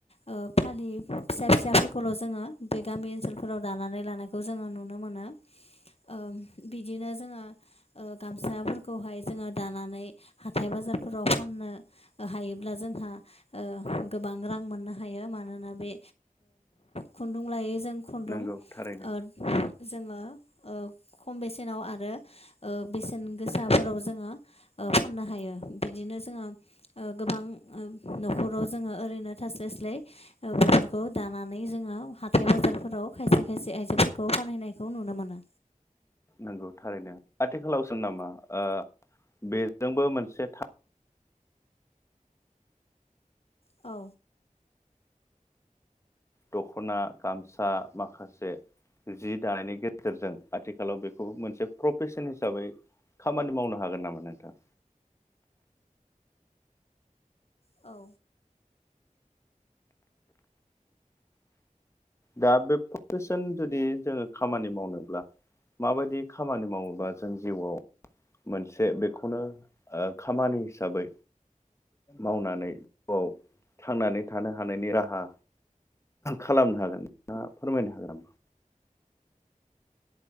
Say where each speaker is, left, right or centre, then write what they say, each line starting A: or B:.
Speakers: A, on the left; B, on the left.
A: ओ फालि फिसा फिसाफोरखौल' जोङो बे गामि ओनसोलफोराव दानानै लानायखौ जों जोङो नुनो मोनो ओ बिदिनो जोङो ओ गामसाफोरखौहाय जोङो दानानै हाथाय बाजारफोराव फान नो हायोब्ला जोंहा गोबां ओ रां मोननो ओ हायो मानोना बे खुन्दुं लायो जों खुन्दुं
B: नंगौ थारैनो
A: ओ जोङो ओ खम बेसेनाव आरो ओ बेसेन गोसाफोराव जोङो फाननो हायो बिदिनो जों जोङो गोबां ओ न'खराव जोङो ओरैनो थास्लाय स्लाय बेफोरखौ ओ दानो लानानै जोङो हाथाय बाजारफोराव खायसे खायसे आयजोफोरखौ बानहैनायखौ नुनो मोनो।
B: नंगौ थारैनो आथिखालावसो नामा आ बेजोंबो मोनसे
A: औ
B: दख'ना, गामसा माखासे जि दानायनि गेजेरजों आथिखालाव बेखौ मोनसे प्रफेसन हिसाबै खामानि मावनो हागोन नामा नोंथां।
A: औ
B: दा बे प्रेफेसन जुदि जोङो खामानि मावनोब्ला माबायदि खामानि मावोबा जों जिउआव मोनसे बेखौनो खामानि हिसाबै मावनानै जिउआव थांनानै थानो हानायनि राहा खालामनो हागोन नोंथाङा फोरमायनो हागोन नामा